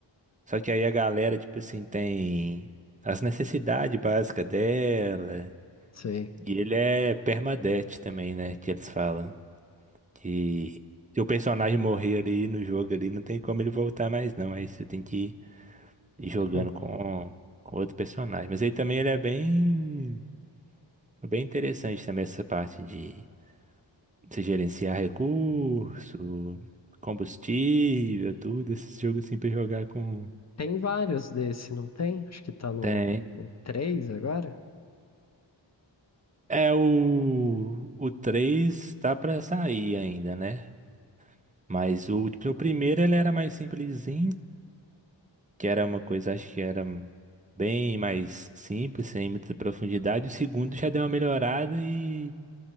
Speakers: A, on the right; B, on the left.
A: Só que aí a galera, tipo assim, tem as necessidades básicas dela.
B: Sei.
A: E ele é permadeath também, né? Que eles falam. Que se o personagem morrer ali no jogo ali, não tem como ele voltar mais, não. Aí você tem que ir jogando
B: Hum,
A: com, com outro personagem. Mas aí também ele é bem, bem interessante também essa parte de Você gerenciar recurso, combustível, tudo, esses jogos assim pra jogar com.
B: Tem vários desse, não tem? Acho que tá no,
A: Tem.
B: no 3 agora.
A: É o. O três tá pra sair ainda, né? Mas o, tipo, o primeiro ele era mais simplesinho, que era uma coisa, acho que era bem mais simples, sem muita profundidade. O segundo já deu uma melhorada e,